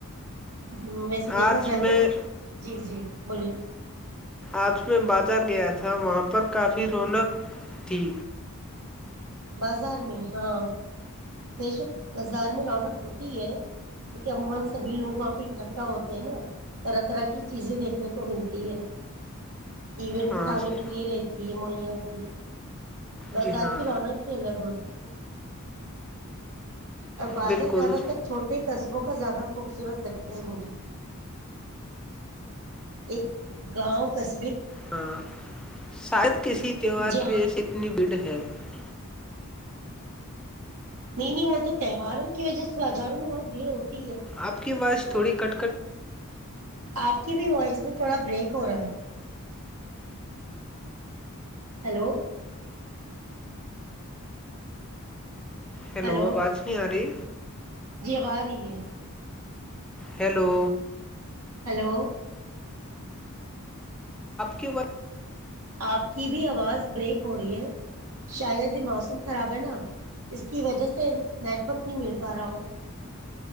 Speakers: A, on the right; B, in the centre.
A: ہ ویسے دیکھا
B: آج
A: جائے
B: میں
A: تو جی جی بولیے
B: آج میں بازار گیا تھا وہاں پر کافی رونق تھی
A: بازار میں ہاں بےشک بازار میں رونق ہوتی ہے کیکہ عمومن سبھی لوگ وہاں پہ اکٹھا ہوتے ہیں نا طرح طرح کی چیزیں دیکھنے کو ملتی ہیں ایونٹ
B: ہاں
A: کھانے
B: سر،
A: کے لیے رہتی یہ موڑیا ہوتی ہے بازار
B: جی ہاں
A: کی رونق ہی الگ ہوتی ہے اور بازار
B: بالکل
A: زیادہ تر چھوٹے قصبوں کا زیادہ خوبصورت لگتا ہے مجھے ایک گاؤں کس
B: ہاں شاید کسی تہوار
A: جہاں
B: کی وس اتنی بھیڑ ہے ہ <unintelligible>
A: نہیں نہیں وہ تو تہواروں کی وجہ سے بازاروں میں بہت بھیڑ ہوتی ہے
B: آپ کی وااز <unintelligible> تھوڑی کٹ کٹ
A: آپ کی بھی وائس میں تھوڑا بریک ہو رہا ہے ہلو
B: ہیلو
A: ہلو
B: آواز نہیں آ رہی
A: جی اب آ رہی ہے
B: ہیلو
A: ہیلو
B: آپ کیوں بات
A: آپ کی بھی آواز بریک ہو رہی ہے شاید یہ موسم خراب ہے نا اس کی وجہ سے نیٹورک نہیں مل پا رہا ہو